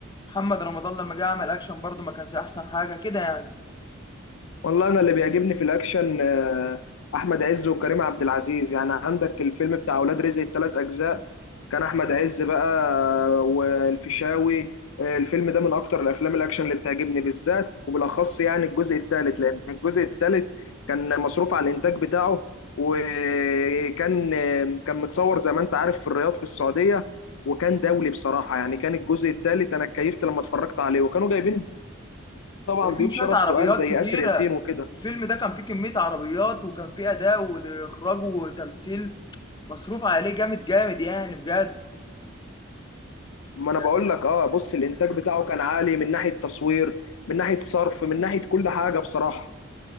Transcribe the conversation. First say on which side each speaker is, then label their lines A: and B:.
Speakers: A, on the left (about 20°); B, on the left (about 70°).
A: محمد رمضان لما جه عمل اكشن برضو ما كانش احسن حاجه كده يعني
B: والله انا اللي بيعجبني في الاكشن آه، احمد عز وكريم عبد العزيز يعني عندك الفيلم بتاع اولاد رزق الثلاث اجزاء كان احمد عز بقى آه، والفيشاوي آه، الفيلم ده من اكتر الافلام الاكشن اللي بتعجبني بالذات وبالاخص يعني الجزء الثالث لان الجزء الثالث كان مصروف على الانتاج بتاعه وكان آه، كان متصور زي ما انت عارف في الرياض في السعودية وكان دولي بصراحة يعني كان الجزء الثالث انا اتكيفت لما اتفرجت عليه وكانوا جايبين طبعا
A: في
B: ضيوف
A: شويه
B: شرف
A: عربيات
B: تقال زي
A: كتيره
B: آسر ياسين وكده
A: الفيلم ده كان فيه كميه عربيات وكان فيه اداء واخراج وتمثيل مصروف عليه جامد جامد يعني بجد
B: ما انا
A: يعني
B: بقول لك اه بص الانتاج بتاعه كان عالي من ناحيه تصوير من ناحيه صرف من ناحيه كل حاجه بصراحه